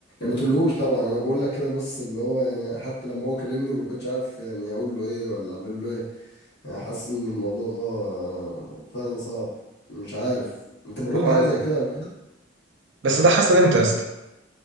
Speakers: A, on the left; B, on the right.
A: ما تقولهوش طبعا أنا بقول لك كده بس اللي هو يعني حتى لما هو كلمني ما بقتش عارف يعني أقول له إيه ولا أعمل له إيه يعني حاسس إن الموضوع آه، فعلا صعب مش عارف أنت مريت
B: اه
A: بحاجة زي كده
B: بس ده حصل امتى يا اسطى؟